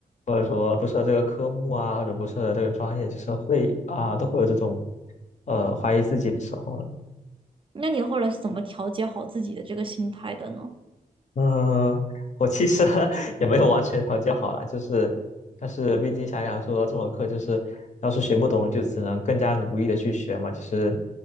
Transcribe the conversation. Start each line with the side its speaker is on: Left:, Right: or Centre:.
Left: 或者说不适合这个科目啊，或者不适合这个专业，就是会啊、都会有这种呃怀疑自己的时候了。
Right: 那你后来是怎么调节好自己的这个心态的呢？
Left: 呃，我其实 <laughs> 也没有完全调节好了，就是，但是毕竟想想说这门课就是，要是学不懂，就只能更加努力的去学嘛，就是